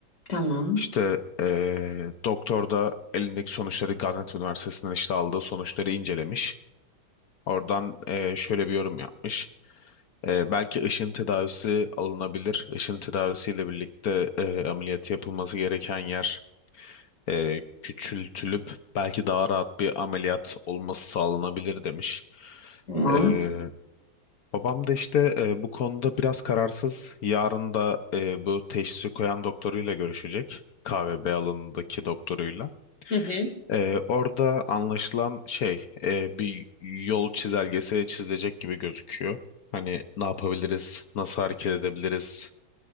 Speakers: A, on the left; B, on the left.
A: Tamam.
B: İşte e, doktor da elindeki sonuçları Gaziantep Üniversitesi'nden işte aldığı sonuçları incelemiş. Oradan e, şöyle bir yorum yapmış. E, belki ışın tedavisi alınabilir. Işın tedavisiyle birlikte e, ameliyatı yapılması gereken yer e, küçültülüp belki daha rahat bir ameliyat olması sağlanabilir demiş.
A: Tamam.
B: E, babam da işte e, bu konuda biraz kararsız. Yarın da e, bu teşhisi koyan doktoruyla görüşecek. KVB alanındaki doktoruyla.
A: Hı hı.
B: E, orada anlaşılan şey e, bir yol çizelgesi çizilecek gibi gözüküyor. Hani ne yapabiliriz, nasıl hareket edebiliriz,